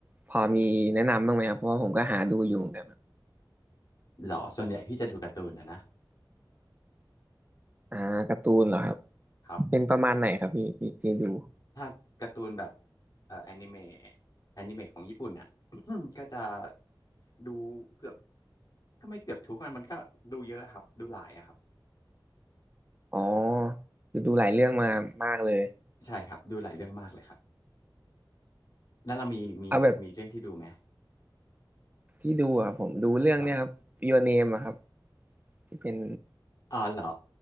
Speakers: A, on the right; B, on the left.
A: พอมีแนะนำบ้างไหมครับเพราะว่าผมก็หาดูอยู่เหมือนกัน
B: หรอส่วนใหญ่พี่จะดูการ์ตูนนะนะ
A: อ่าการ์ตูนเหรอครับ
B: ครับ
A: เป็นประมาณไหนครับพี่ที่ที่ดู
B: ถ้าการ์ตูนแบบเอ่อแอนิเมะแอนิเมะของญี่ปุ่นน่ะ <clears throat> ก็จะดูเกือบก็ไม่เกือบทุกมันมันก็ดูเยอะครับดูหลายอะครับ
A: อ๋อคือดูหลายเรื่องมามากเลย
B: ใช่ครับดูหลายเรื่องมากเลยครับแล้วเรามีมีมีเรื่องที่ดูไหม
A: เอาแบบที่ดูอ่ะผมดูเรื่องเนี้ยครับ
B: ครับ
A: Your Name อะครับที่เป็น
B: อ๋อเหรอ